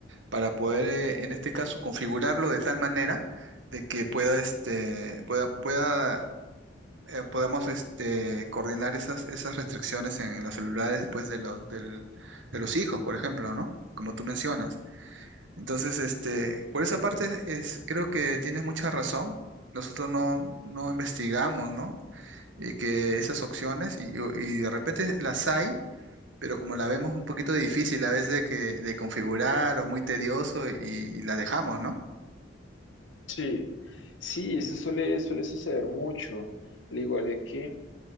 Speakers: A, on the right (about 80°); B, on the left (about 85°).
A: Para poder, eh, en este caso, configurarlo de tal manera de que pueda, este, pueda, pueda, eh, podamos, este, coordinar esas, esas restricciones en los celulares, pues, de los, del- de los hijos, por ejemplo, ¿no? Como tú mencionas. Entonces, este, por esa parte es, creo que tienes mucha razón. Nosotros no, no investigamos, ¿no? Eh, que esas opciones y, y de repente las hay, pero como la vemos un poquito difícil a veces de, que, de configurar o muy tedioso y, y la dejamos, ¿no?
B: Sí, sí, eso suele, suele suceder mucho, al igual de que,